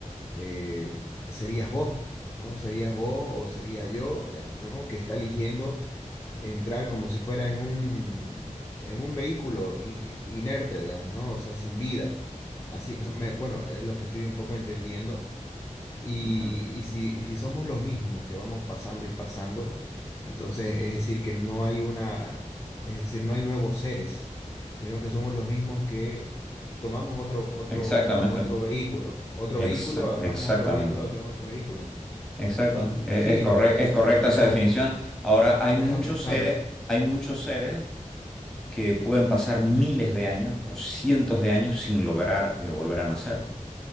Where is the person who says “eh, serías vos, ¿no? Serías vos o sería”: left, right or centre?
Left